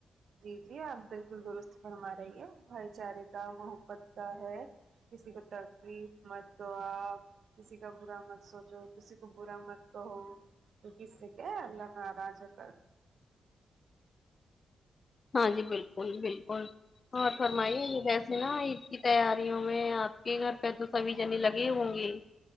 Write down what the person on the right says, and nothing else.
جی جی آپ بالکل درست فرما رہی ہیں بھائی چارے کا محبت کا ہے کسی کو تکلیف مت دو آپ کسی کا برا مت سوچو کسی کو برا مت کہو کیونکہ اس سے کیا ہے اللہ ناراض ہوتا ہے